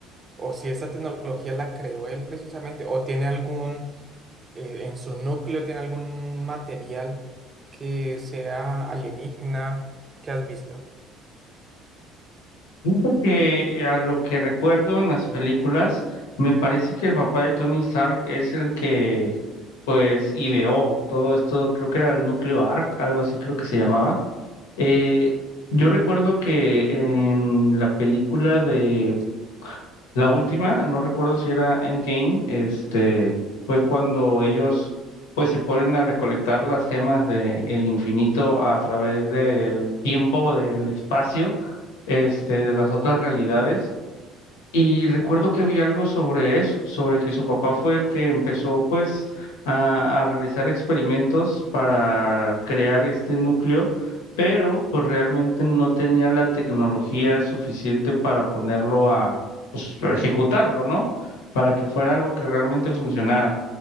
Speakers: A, on the right; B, on the left.
A: o si esta tecnología la creó él precisamente o tiene algún, eh, en su núcleo tiene algún material que sea alienígena que has visto?
B: Siento que a lo que recuerdo en las películas, me parece que el papá de Tony Stark es el que pues ideó todo esto, creo que era el núcleo Arc, algo así creo que se llamaba Eh, yo recuerdo que en la película de la última, no recuerdo si era Endgame, este, fue cuando ellos pues se ponen a recolectar las gemas del infinito a través del tiempo, del espacio, este, de las otras realidades. Y recuerdo que vi algo sobre eso, sobre que su papá fue el que empezó pues a, a realizar experimentos para crear este núcleo, pero pues realmente no tenía la tecnología suficiente para ponerlo a, pues, a ejecutarlo, ¿no? Para que fuera algo que realmente funcionara.